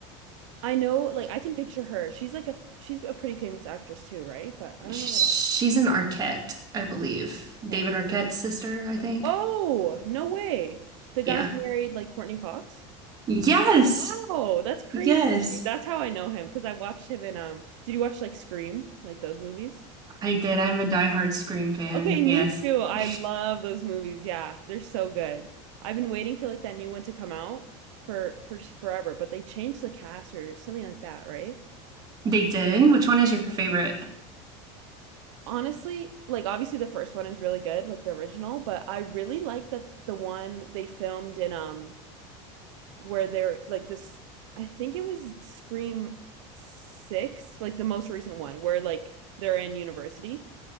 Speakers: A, on the right; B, on the right.
A: I know, like, I can picture her. She's like a, f- she's a pretty famous actress too, right? But I don't
B: sh-
A: know what else.
B: she's an Arquette, I believe. David
A: Yeah.
B: Arquette's sister, I think.
A: Oh, no way. The guy
B: Yeah.
A: who married like Courtney Cox?
B: Yes.
A: Wow, that's crazy.
B: Yes.
A: That's how I know him because I watched him in, um, did you watch like Scream, like those movies?
B: I did. I'm a diehard Scream fan.
A: Okay, me
B: Yes.
A: too. I
B: <laughs>
A: love those movies. Yeah, they're so good. I've been waiting for like that new one to come out for for forever, but they changed the cast or something like that, right?
B: They did. Which one is your favorite?
A: Honestly, like obviously the first one is really good, like the original, but I really like that the one they filmed in um where they're like this I think it was Scream Six, like the most recent one, where like they're in university.